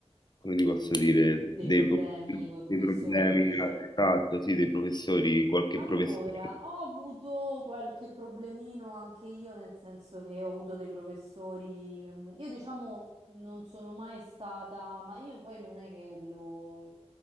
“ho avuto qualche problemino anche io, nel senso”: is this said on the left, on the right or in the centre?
Right